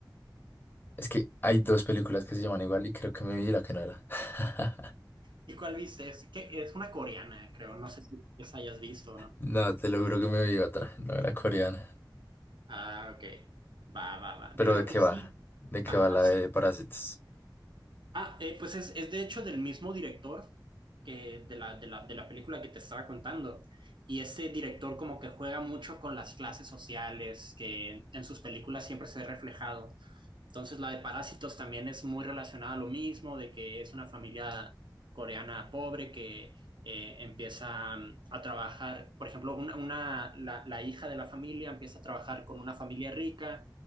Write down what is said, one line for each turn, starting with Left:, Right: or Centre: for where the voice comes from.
Left: Es que hay dos películas que se llaman igual y creo que me vi la que no era. <laughs>
Right: ¿Y cuál viste? Es, que es una coreana, creo. No sé si esa hayas visto, ¿no?
Left: No, te lo juro que me vi otra, no era coreana.
Right: Ah, ok. Va, va, va.
Left: Pero
Right: Pero
Left: ¿de qué
Right: pues
Left: va?
Right: sí.
Left: ¿De qué
Right: Ajá,
Left: va la
Right: sí.
Left: de Parásitos?
Right: Ah, eh, pues es, es de hecho del mismo director que de la, de la, de la película que te estaba contando. Y este director como que juega mucho con las clases sociales, que en sus películas siempre se ve reflejado. Entonces la de Parásitos también es muy relacionada a lo mismo, de que es una familia coreana pobre que eh, empieza mm, a trabajar, por ejemplo, una, una- la, la hija de la familia empieza a trabajar con una familia rica,